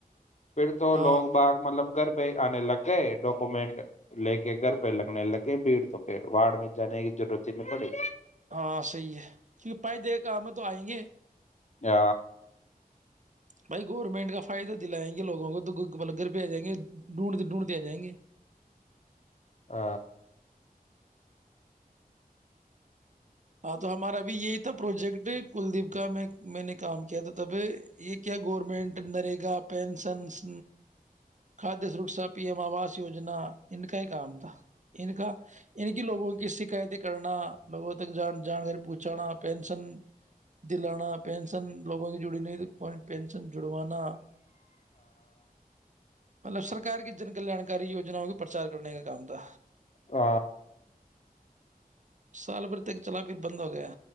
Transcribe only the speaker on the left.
پھر تو
لوگ باغ مطلب گھر پہ آنے لگ گئے ڈاکومنٹ لے کے گھر پہ لگنے لگے بھیڑ تو پھر واڑ میں جانے کی ضرورت ہی نہیں پڑی
آ
ہ
ہ